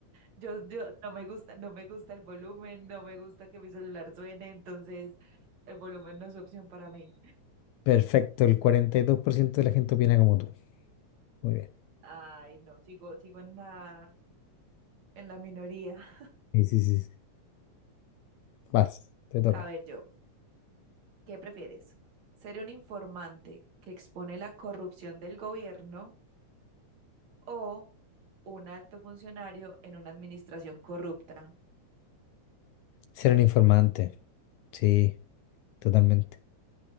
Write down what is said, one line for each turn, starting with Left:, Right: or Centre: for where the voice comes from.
Right: Yo, yo no me gusta, no me gusta el volumen, no me gusta que mi celular suene, entonces el volumen no es opción para mí.
Left: Perfecto, el 42% de la gente opina como tú. Muy bien.
Right: Ay, no, sigo, sigo en la, en la minoría.
Left: Sí, sí, sí. Vas, te toca.
Right: A ver, yo, ¿qué prefieres? ¿Ser un informante que expone la corrupción del gobierno o un alto funcionario en una administración corrupta?
Left: Ser un informante. Sí, totalmente.